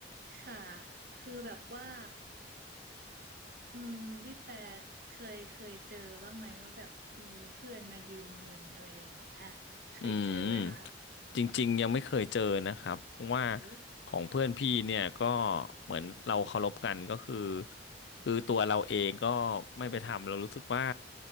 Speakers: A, on the right; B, on the left.
A: ค่ะคือแบบว่าอืมพี่แฟร์เคยเคยเจอบ้างไหมว่าแบบมีเพื่อนมายืมเงินอะไรอย่างเงี้ยเคยเจอไหมคะ
B: อืม จริงๆยังไม่เคยเจอนะครับเพราะว่า
A: โอ้
B: ของเพื่อนพี่เนี่ยก็เหมือนเราเคารพกันก็คือคือตัวเราเองก็ไม่ไปทำเรารู้สึกว่า